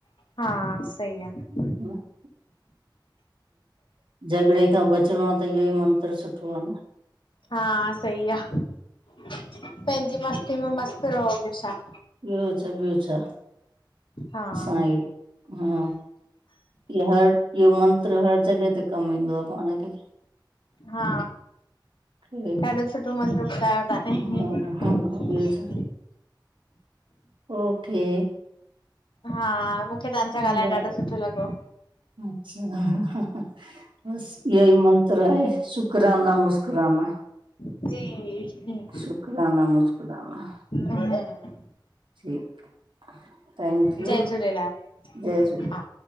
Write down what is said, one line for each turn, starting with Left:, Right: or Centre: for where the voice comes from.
Left: हा, सई आहे।
Right: हा इणदिबल <unintelligible> झगड़े खां बचिणो आहे त इहो ई मंत्र, सुठो आहे न।
Left: हा सही आ, पंहिंजी मस्ती, में मस्त, रहो बियो छा?
Right: ॿियो छा, ॿियो छा,
Left: हा
Right: साई हा। इहो हर इहो मंत्र हर जॻह, ते कमु ईंदो आहे, पाण खे।
Left: हा।
Right: खे
Left: ॾाढो, सुठो मंदरु, ॿुधायो तवां ने-
Right: हा हा ॿियो छा ओके।
Left: हा, मूंखे तव्हां सां
Right: ब
Left: ॻाल्हाइण ॾाढो सुठो, लॻो।
Right: अच्छा बसि, इहो ई मंत्र आहे, शुकराना मुस्कुराना।
Left: जी
Right: शुकिराना, मुश्किराना।
Left: हा इणदीब्ले <unintelligible>
Right: ठीकु,। मेहरबानी
Left: जय झूलेलाल
Right: जय झूलेलाल।
Left: हा